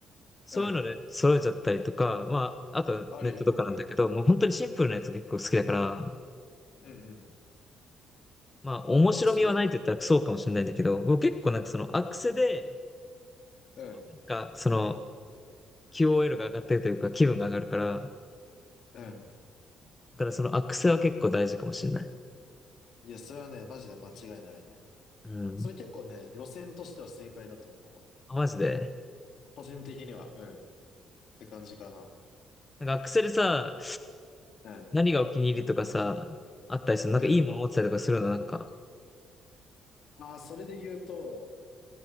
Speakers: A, on the left; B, on the left.
A: そういうので揃えちゃったりとか、
B: うん。
A: まあ、あとはネットとかなんだけど、
B: あるよ。うん。
A: もう本当にシンプルなやつが結構好きだから、
B: うんうん。
A: まあ、面白みはないと言ったらそうかもしれないんだけど、
B: 間違いない。
A: 僕結構なんかそのアクセで、
B: うん。
A: なんかその QOL が上がってるというか気分が上がるから、
B: うん。
A: だからそのアクセは結構大事かもしれない。
B: いや、それはね、マジで間違いないね。
A: うん。
B: それ結構ね、路線としては正解だと思うわ。
A: あマジで。
B: 個人的には、うん。って感じかな。
A: なんかアクセでさ、
B: うん。
A: 何がお気に入りとかさ、あったりする。なんかいいもの持ってたりとかするの、
B: うん。
A: なんか。
B: ああ、それで言うと、